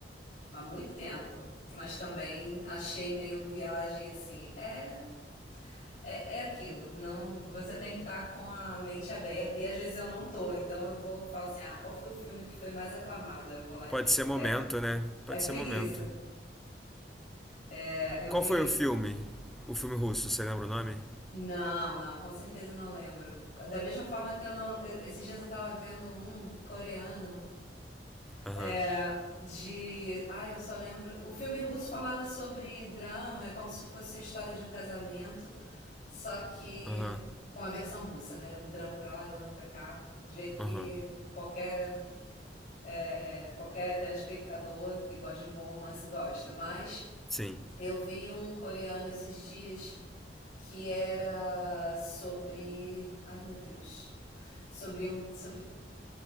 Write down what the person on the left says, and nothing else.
há muito tempo, mas também achei meio viagem assim. É É, é aquilo, não, você tem que estar tá com a mente aberta e às vezes eu não tô, então eu vou falo assim, ah, qual foi o filme que foi mais aclamado? Aí Eu vou lá e
vejo.
É,
é preguiça.
É, eu
vi,
não, não, com certeza não lembro. Da mesma forma que eu não, esses dias eu tava vendo um coreano
É, de. ah eu só lembro. O filme russo falava sobre drama, é como se fosse a história de um casamento, só que
com a versão russa, né? Era um drama pra lá, drama pra cá, do jeito que
qualquer. é, é, qualquer telespectador que gosta de um bom romance gosta. Mas
eu vi um coreano esses dias que era sobre. Ai meu Deus. Sobre, um, sobre